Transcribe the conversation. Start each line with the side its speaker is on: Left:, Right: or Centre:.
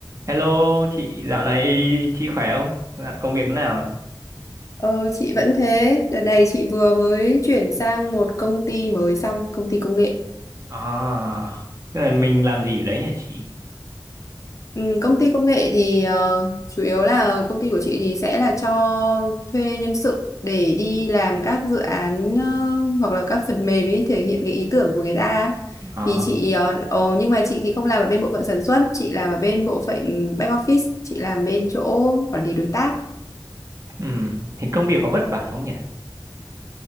Right: Hello chị, dạo này chị khỏe không? Dạo công việc thế nào? ạ?
Left: Ờ, chị vẫn thế. Đợt này chị vừa mới chuyển sang một công ty mới xong, công ty công nghệ.
Right: À, tức là mình làm gì ở đấy nhỉ chị?
Left: Ừ, công ty công nghệ thì ờ, chủ yếu là công ty của chị thì sẽ là cho thuê nhân sự để đi làm các dự án ờ, hoặc là các phần mềm ấy thể hiện cái ý tưởng của người ta.
Right: À,
Left: Thì chị ờ, ờ, nhưng mà chị thì không làm ở bên bộ phận sản xuất, chị làm ở bên bộ phận back office, chị làm bên chỗ quản lý đối tác.
Right: ừm, Thì công việc có vất vả không nhỉ?